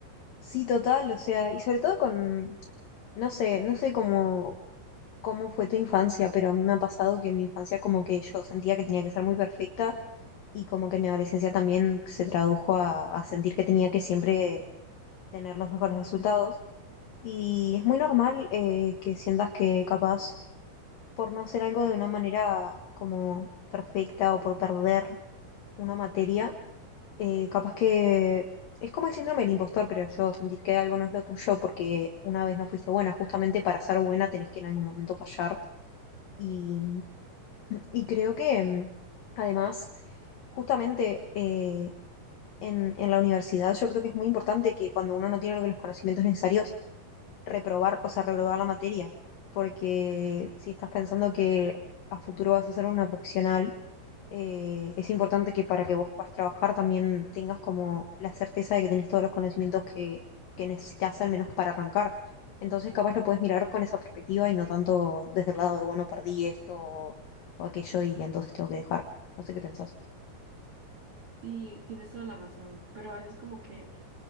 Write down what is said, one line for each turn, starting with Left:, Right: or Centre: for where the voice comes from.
Left: sí, total, o sea, y sobre todo con, no sé, no sé cómo cómo fue tu infancia, pero a mí me ha pasado que en mi infancia como que yo sentía que tenía que ser muy perfecta y como que en mi adolescencia también se tradujo a, a sentir que tenía que siempre tener los mejores resultados. Y es muy normal eh, que sientas que capaz por no hacer algo de una manera como perfecta o por perder una materia, eh, capaz que es como el síndrome del impostor, creo yo, sentir que algo no es lo tuyo porque una vez no fuiste buena, justamente para ser buena tenés que en algún momento fallar. Y y creo que mm, además, justamente eh, en, en la universidad, yo creo que es muy importante que cuando uno no tiene los conocimientos necesarios, reprobar, o sea, reprobar la materia. Porque si estás pensando que a futuro vas a ser una profesional, eh, es importante que para que vos puedas trabajar también tengas como la certeza de que tenés todos los conocimientos que, que necesitas al menos para arrancar. Entonces capaz lo puedes mirar con esa perspectiva y no tanto desde el lado de, bueno, perdí esto o, o aquello y entonces tengo que dejar. No sé qué pensás.
Right: Sí, tienes toda la razón, pero a veces como que